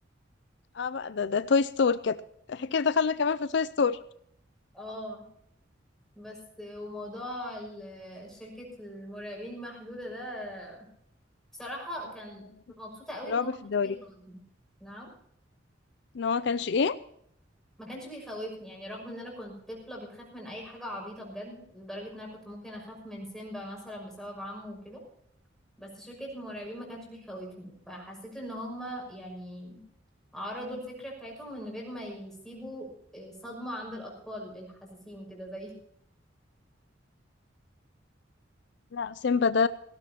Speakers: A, on the left; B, in the centre.
A: اه بقى ده ده توي ستور كده احنا كده دخلنا كمان في توي ستور
B: اه بس وموضوع ال- شركة المرعبين محدودة ده بصراحة كان
A: آه،
B: كنت مبسوطة قوي
A: رعب
B: ان هو ما
A: في
B: كانش
A: الدواليب
B: بيخوفني نعم
A: ان هو كانش ايه
B: ما كانش بيخوفني يعني رغم ان انا كنت طفلة بتخاف من اي حاجة عبيطة بجد لدرجة ان انا كنت ممكن اخاف من سيمبا مثلا بسبب عمه وكده بس شركة المرعبين ما كانش بيخوفني فحسيت ان هما يعني عرضوا الفكرة بتاعتهم من غير ما يسيبوا آه، صدمة عند الأطفال الحساسين كده زي
A: لا سيمبا ده